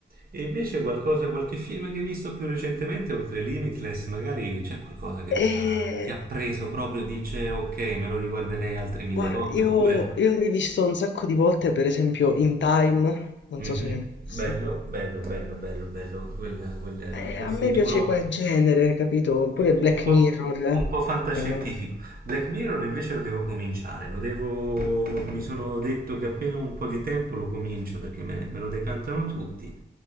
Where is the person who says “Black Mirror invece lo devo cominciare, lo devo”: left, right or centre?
Right